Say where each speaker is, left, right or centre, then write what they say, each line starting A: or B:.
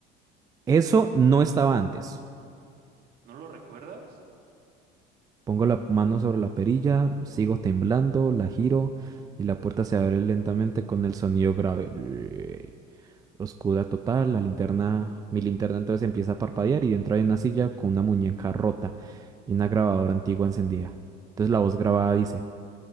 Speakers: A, on the right; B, on the right.
A: Eso no estaba antes.
B: ¿No lo recuerdas?
A: Pongo la mano sobre la perilla, sigo temblando, la giro y la puerta se abre lentamente con el sonido grave. Oscura total, la linterna, mi linterna entonces empieza a parpadear y dentro hay una silla con una muñeca rota y una grabadora antigua encendida. Entonces la voz grabada dice,